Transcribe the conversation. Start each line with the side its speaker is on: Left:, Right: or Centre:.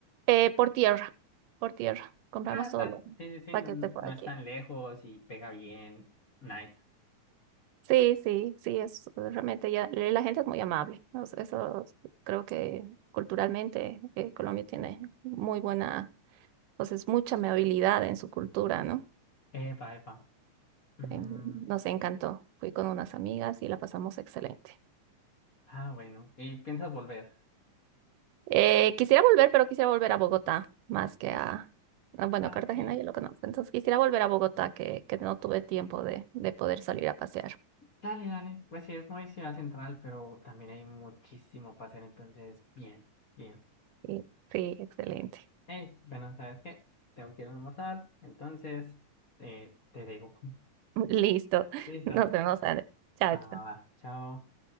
Right: Eh, por tierra, por tierra. Compramos
Left: Ah,
Right: todo
Left: dale.
Right: lo
Left: Sí, sí, sí,
Right: paquete
Left: n-
Right: por
Left: no
Right: aquí.
Left: es tan lejos y pega bien. Nice.
Right: Sí, sí, sí, es realmente ya, la gente es muy amable. O sea, Eso, es- creo que culturalmente eh, Colombia tiene muy buena, pues es mucha amabilidad en su cultura, ¿no?
Left: Epa, epa. Mm,
Right: Eh, nos encantó. Fui con unas amigas y la pasamos excelente.
Left: ah, bueno. ¿Y piensas volver?
Right: Eh, quisiera volver, pero quisiera volver a Bogotá más que a, a, bueno,
Left: Ah,
Right: Cartagena
Left: ok.
Right: ya lo conozco. Entonces quisiera volver a Bogotá que, que no tuve tiempo de, de poder salir a pasear.
Left: Dale, dale. Pues sí, es muy ciudad central, pero también hay muchísimo para hacer, entonces, bien, bien.
Right: Sí, sí, excelente.
Left: Hey, bueno, ¿sabes qué? Tengo que ir a almorzar, entonces, eh, te digo <laughs>
Right: <laughs> Listo.
Left: Listo.
Right: Nos vemos, Ana. Chao,
Left: Va,
Right: chao.
Left: va, va. Chao.